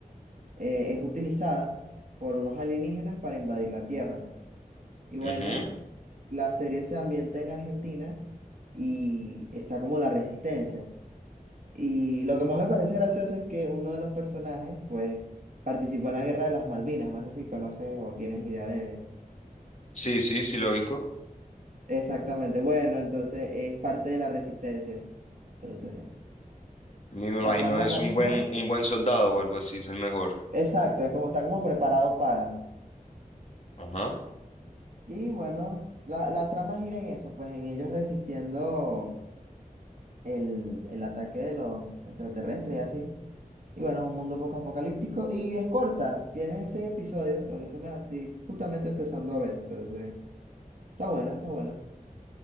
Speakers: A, on the right (about 60°); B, on the left (about 50°).
A: eh, es utilizada por unos alienígenas para invadir la Tierra. Y bueno,
B: Ujú.
A: la serie se ambienta en Argentina y está como la resistencia. Y lo que más me parece gracioso es que uno de los personajes, pues, participó en la Guerra de las Malvinas. No sé si conoces o tienes idea de...
B: Sí, sí, sí, lógico.
A: Exactamente. Bueno, entonces es parte de la resistencia. Entonces,
B: Ni me
A: la
B: imagino
A: trama,
B: es
A: la
B: un
A: trama,
B: buen, un buen soldado o algo así, es el mejor.
A: exacto, es como está como preparado para.
B: Ajá.
A: Y bueno, la, la trama gira en eso, pues en ellos resistiendo el, el ataque de los extraterrestres y así. Y bueno, es un mundo poco apocalíptico y es corta, tiene seis episodios, lo que es que me la estoy justamente empezando a ver, entonces está buena, está buena.